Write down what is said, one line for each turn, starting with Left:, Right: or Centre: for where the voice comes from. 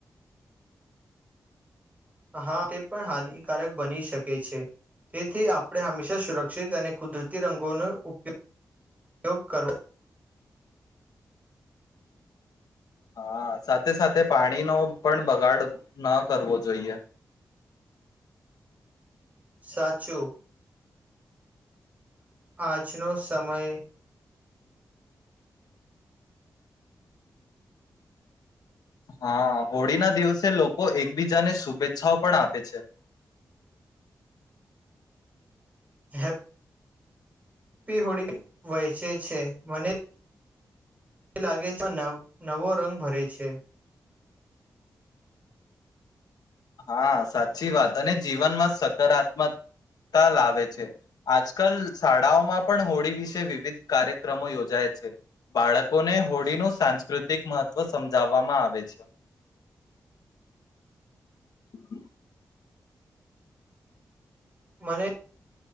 Right: હા તે પણ હાનિકારક બની શકે છે, તેથી આપણે હંમેશા સુરક્ષિત અને કુદરતી રંગોનો ઉપયોગ કરવો.
Left: હા સાથે સાથે પાણીનો પણ બગાડ ન કરવો જોઈએ.
Right: સાચૂ. આજનો સમય
Left: હા હોળીના દિવસે લોકો એકબીજાને શુભેચ્છાઓ પણ આપે છે.
Right: હેપી હોળી હોડી વહેંચે છે મને એ લાગે છે આ નવો રંગ ભરે છે.
Left: હા સાચી વાત અને જીવનમાં સકારાત્મકતા લાવે છે, આજકાલ શાળાઓમાં પણ હોળી વિશે વિવિધ કાર્યક્રમો યોજાય છે, બાળકોને હોળીનું સાંસ્કૃતિક મહત્ત્વ સમજાવવામાં આવે છે. <inaudible>
Right: મને